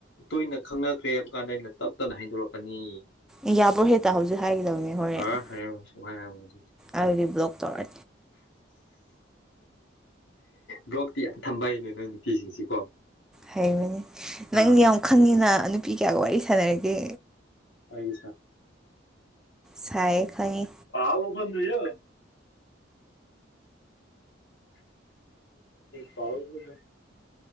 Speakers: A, on the left (about 75°); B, in the centre.
A: ꯇꯣꯏꯅ ꯈꯪꯅꯈ꯭ꯔꯦ ꯍꯥꯏꯕ ꯀꯥꯟꯗ ꯑꯩꯅ ꯇꯞ ꯇꯞꯅ ꯍꯥꯏꯗꯣꯔꯛꯀꯅꯤ
B: ꯑꯦ ꯌꯥꯕ꯭ꯔꯣ ꯍꯦꯛꯇ ꯍꯧꯖꯤꯛ ꯍꯥꯏꯒꯗꯕꯅꯦ ꯍꯣꯔꯦꯟ
A: ꯑ <unintelligible>
B: ꯑꯗꯨꯗꯤ ꯕ꯭ꯂꯣꯛ ꯇꯧꯔ꯫
A: ꯕ꯭ꯂꯣꯛꯇꯤ ꯌꯥꯝ ꯊꯝꯕ ꯍꯩꯅꯦ ꯅꯣꯏ ꯅꯨꯄꯤꯁꯤꯡꯁꯤꯀꯣ
B: ꯍꯩꯕꯅꯦ
A: ꯑꯥ
B: ꯅꯪ ꯌꯥꯝ ꯈꯪꯉꯤꯅ ꯅꯨꯄꯤ ꯀꯌꯥꯒ ꯋꯥꯔꯤ ꯁꯥꯟꯅꯔꯒꯦ
A: ꯑꯩ
B: ꯁꯥꯢꯌꯦ ꯈꯪꯢ
A: ꯄꯥꯎ <unintelligible> ꯄꯋꯥꯔ <unintelligible>